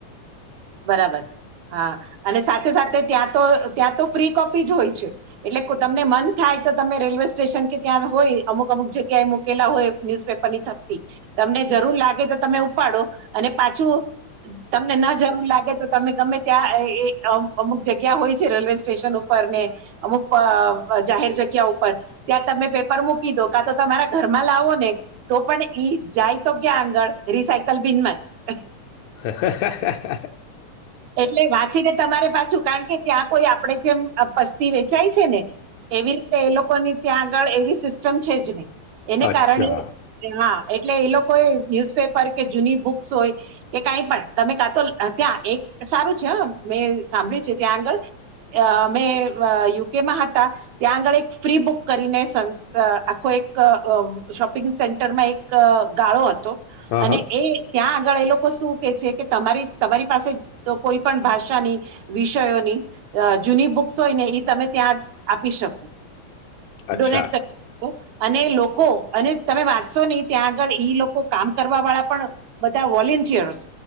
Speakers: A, on the right; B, on the left.
A: બરાબર હા અને સાથે સાથે ત્યાં તો ત્યાં તો ફ્રી કોપી જ હોય છે એટલે કુદમને મન થાય તો તમે રેલવે સ્ટેશન કે ત્યાં હોય અમુક અમુક જગ્યાએ મૂકેલા હોય ન્યુઝપેપરની થપકી તમને જરૂર લાગે તો તમે ઉપાડો અને પાછું તમને ના જેમ લાગે તો તમે ગમે ત્યાં એ અમુક જગ્યા હોય છે રેલવે સ્ટેશન ઉપર ને અમુક જાહેર જગ્યા ઉપર ત્યાં તમે પેપર મૂકી દો કા તો તમારા ઘરમાં લાવો ને તો પણ ઈ જાય તો ક્યાં આગળ રિસાયકલ બિનમાં જ.
B: <inaudible>
A: એટલે વાંચીને તમારે પાછું કાણ કે ત્યાં કોઈ આપડે જેમ પસ્તી વેચાય તો ને એની રીતે એ લોકોની ત્યાં આગળ એવી સિસ્ટમ છે જ નઈ. એને
B: અચ્છા
A: કારણે કે હા એટલે એ લોકો એ ન્યુઝપેપર કે જૂની બુક્સ હોય, કે કાંઈ પણ તમે કા તો ત્યાં એક સારું છે હ મેં સાંભળ્યું છે ત્યાં આગળ, મેં યુકેમાં હતા, ત્યાં આગળ એક ફ્રી બુક કરીને આખો એક શોપિંગ સેન્ટરમાં એક ગાળો હતો.
B: હા
A: અને
B: હા
A: એ ત્યાં પણ એ લોકો શું કે છે કે તમારી તમારી પાસે કોઈ પણ ભાષાની, વિષયોની જૂની બુક્સ હોય ને એ તમે ત્યાં આપી શકો.
B: અચ્છા
A: ડોનેટ કરવું. અને લોકો અને તમે વાંચશો નહી ત્યાં આગળ ઈ લોકો કામ કરવા વાળા પણ બધા વોલન્ટિયર્સ